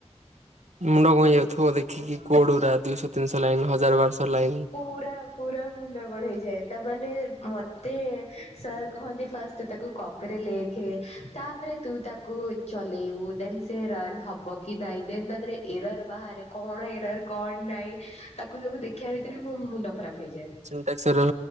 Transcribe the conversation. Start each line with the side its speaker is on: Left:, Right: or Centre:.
Right: ମୁଣ୍ଡ କଁ ହେଇଯାଉଥିବ ଦେଖିକି କୋଡ ଗୋରା ଦୁଇଶ ତିନିଶ ଲାଇନ ହଜାର ବାରଶ ଲାଇନ।
Left: ପୁରା ପୁରା ମୁଣ୍ଡ କଣ ହେଇଯାଏ ତାମାନେ ମତେ ସାର୍ କୁହନ୍ତି ଫାଷ୍ଟ ତୁ ତାକୁ କପିରେ ଲେଖେ ତାପରେ ତୁ ତାକୁ ଚଲେଇବୁ ଦେନ ସେ ରନ୍ ହବ କି ନାଇଁ ଦେନ୍ ତା ଦେରେ ଏରର ବାହାରେ କଣ ଏରର କଣ ନାଇଁ ତାକୁ ସବୁ ଦେଖିବା ଭିତରେ ମୋ ମୁଣ୍ଡ ଖରାପ ହେଇଯାଏ।
Right: <unintelligible> ଥିବ